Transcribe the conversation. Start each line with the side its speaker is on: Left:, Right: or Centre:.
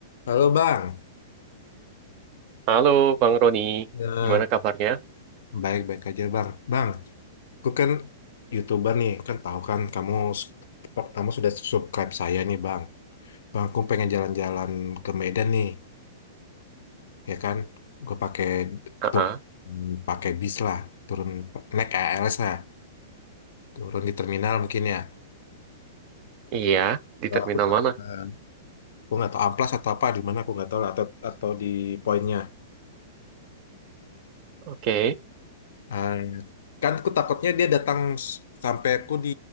Left: Halo Bang,
Right: Halo Bang Roni,
Left: ya
Right: gimana kabarnya?
Left: baik-baik aja Bang. Bang, aku kan YouTuber nih, kan tahu kan kamu kamu sudah subscribe saya nih Bang. Bang, aku pengen jalan-jalan ke Medan nih, ya kan? Gue pakai
Right: Aa,
Left: tuh pakai bis lah, turun naik ALS lah, turun di terminal mungkin ya.
Right: iya, di
Left: Kalau
Right: terminal
Left: aku
Right: mana?
Left: eh, aku nggak tahu amplas atau apa di mana aku nggak tahu lah atau atau di poinnya.
Right: Oke,
Left: Ah, kan aku takutnya dia datang s- sampai aku di